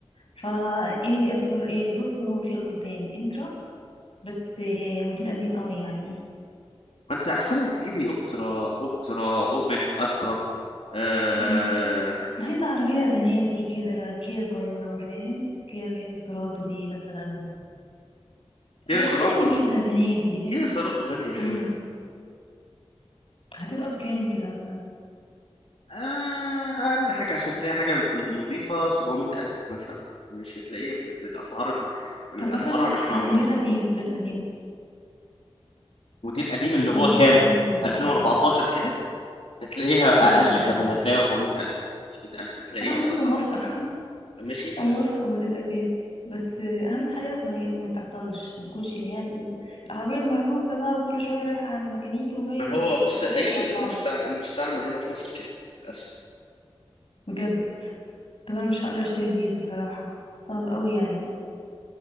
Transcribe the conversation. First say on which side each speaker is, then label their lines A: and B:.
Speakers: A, on the left; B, on the left.
A: فايه اختار ايه بص هو في قدامي انترا بس آه، موديل قديم قوي يعني
B: ما انت احسن لك تجيبي اوبترا اوبترا اوبل استرا آه
A: امم انا عايزه عربيه بناتي كده كيا صغيره فاهم كيا اللي هي سيراتو دي مثلا
B: كيا
A: ايه حاجه
B: سيراتو
A: من كده بناتي دي فاهم
B: كيا سيراتو غاليه شويه
A: امم هتبقى بكام كده مثلا
B: آه، أقل حاجة عشان تلاقي حاجة نض- نظيفة 700 ألف مثلا مش هتلاقيها بال- بالأسعار ال... من
A: طب مثلا
B: أسعارها مش
A: م-
B: معقولة
A: موديل قديم موديل قديم
B: ودي القديم اللي
A: لو
B: هو
A: موديل
B: كام
A: قديم
B: 2014
A: امم
B: كده هتلاقيها
A: اه
B: أقل
A: مثلا
B: كمان هتلاقي 400 ألف 500 ألف هتلاقيها
A: انا
B: بالأسعار
A: بص موافقه
B: ماشي
A: موافقة موديل قديم بس أهم حاجة ما, ما تعطلش ما تكونش اللي هي ال- العربية المهلوكة بقى وكل شوية رايحة عند الميكانيكي وجاية
B: ما هو
A: من عند الميكانيكي
B: بص أي
A: وعطلانة
B: مستع... المستعمل هنا في مصر كده للأسف
A: بجد طب أنا مش هقدر أشتري جديد بصراحة صعب قوي يعني